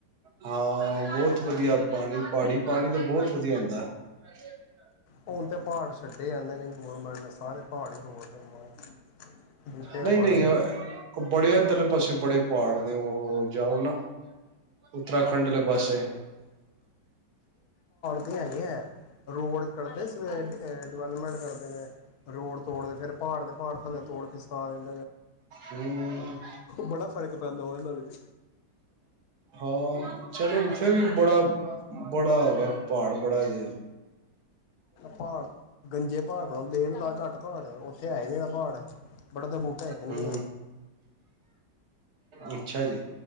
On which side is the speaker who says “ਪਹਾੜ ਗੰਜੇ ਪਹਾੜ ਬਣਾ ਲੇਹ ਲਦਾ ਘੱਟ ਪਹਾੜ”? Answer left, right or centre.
Left